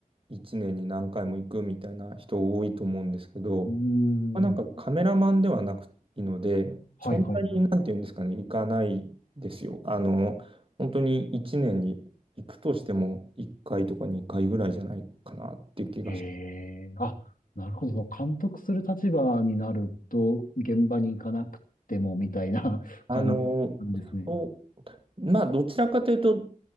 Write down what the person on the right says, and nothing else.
1年に何回も行くみたいな人多いと思うんですけど、
まあ、なんかカメラマンではなくいいので、
そんなになんていうんですかね、行かないですよ。あの、本当に1年に行くとしても1回とか2回ぐらいじゃないかなっていう気がして。
あの、
そうまあ、どちらかというと、